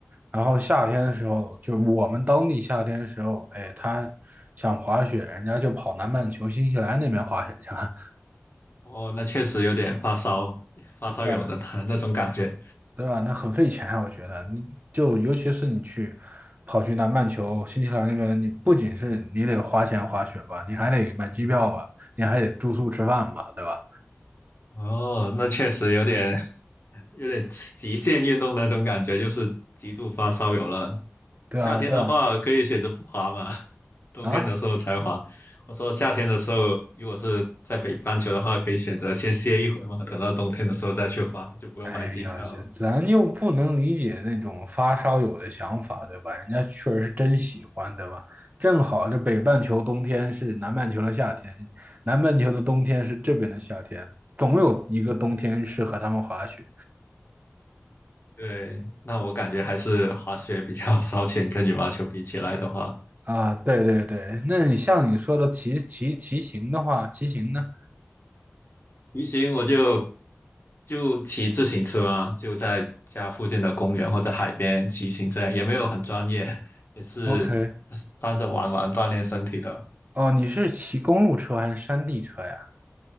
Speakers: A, on the right; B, on the left.
A: 然后夏天的时候，就我们当地夏天的时候，哎，他想滑雪，人家就跑南半球新西兰那边滑雪去了。
B: 哦，那确实有点发烧，发烧友的那那种感觉。
A: <laughs> 对吧？那很费钱啊我觉得，你就尤其是你去跑去南半球、新西兰那边，你不仅是你得花钱滑雪吧，你还得买机票吧，你还得住宿吃饭吧，对吧？
B: 哦，那确实有点有点极限运动的那种感觉，就是极度发烧友了。
A: 对啊，
B: 夏天的话可以选择不滑嘛，
A: 对啊，
B: 冬天的时候才滑。
A: 啊，
B: 我说夏天的时候，如果是在北半球的话，可以选择先歇一会嘛，等到冬天的时候再去滑，就不用买机票。
A: 哎呀，这咱又不能理解那种发烧友的想法，对吧？人家确实是真喜欢，对吧？正好这北半球冬天是南半球的夏天，南半球的冬天是这边的夏天，总有一个冬天适合他们滑雪。
B: 对，那我感觉还是滑雪比较 <laughs> 烧钱，跟羽毛球比起来的话，
A: 啊，对对对，那你像你说的骑骑骑行的话，骑行呢
B: 骑行我就就骑自行车啊，就在家附近的公园或者海边骑行，这样也没有很专业，也是
A: o k
B: 当着玩玩锻炼身体的。
A: 哦，你是骑公路车还是山地车呀